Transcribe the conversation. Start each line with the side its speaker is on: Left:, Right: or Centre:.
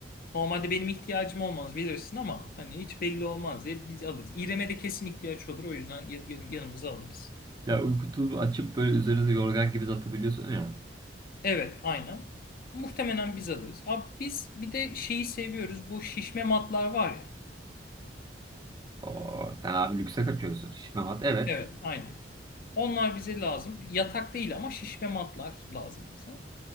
Left: Normalde benim ihtiyacım olmaz bilirsin ama hani hiç belli olmaz diye biz alırız. İrem'e de kesin ihtiyaç olur o yüzden ya- ya- yanımıza alırız.
Right: Ya uyku tulumu açıp böyle üzerinize yorgan gibi atabiliyorsun ya.
Left: Evet, aynen. Muhtemelen biz alırız. Abi biz bir de şeyi seviyoruz. Bu şişme matlar var ya.
Right: Oo, sen abi lükse kaçıyorsun. Şişme mat evet.
Left: Evet, aynen. Onlar bize lazım. Yatak değil ama şişme matlar lazım bize.